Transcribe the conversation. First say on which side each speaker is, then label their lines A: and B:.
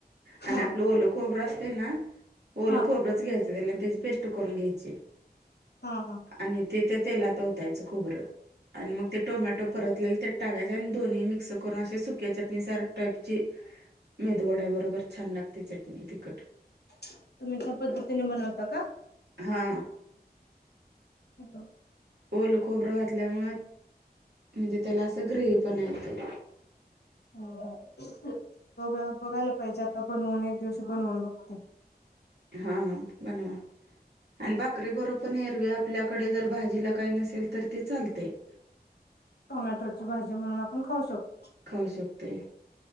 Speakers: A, on the right; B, on the left.
A: आणि
B: हा
A: आपलं ओलं खोबरं असतय ना ओलं
B: हा
A: खोबरं तेच घ्यायच त्याला आणि त्याची पेस्ट करून घ्यायची.
B: हा हा.
A: आणि ते तेलात ओतायचं खोबरं आणि मग ते टोमॅटो परतलेले ते टाकायचय आणि दोन्ही मिक्स करून अशा सुक्या चटणी सार टाईपची मेदु वड्या बरोबर छान लागते चटणी तिखट.
B: तुम्ही त्या पद्धतीने बनवता का?
A: हा.
B: हॅलो.
A: ओल खोबरं घातल्यामुळ म्हणजे त्याला असं ग्रेवी पणा येतय.
B: अ ह. बघूया बघायला पाहिजे आता बनवून एक दिवशी बनवून बघते.
A: हा हा बनवा. आणि बाकरी बरोबर येरवी आपल्याकडे जर भाजीला काही नसेल तर ते चालतय. <unintelligible>
B: टोमॅटोची भाजी म्हणून आपण खाऊ शकतो.
A: खाऊ शकते